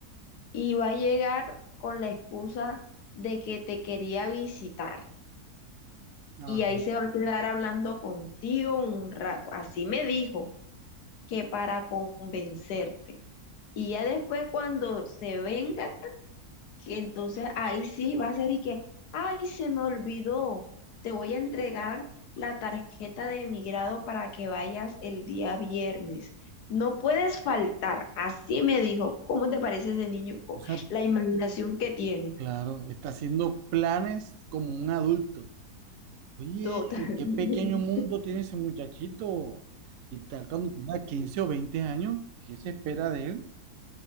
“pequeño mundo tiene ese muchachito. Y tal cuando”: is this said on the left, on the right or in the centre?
Right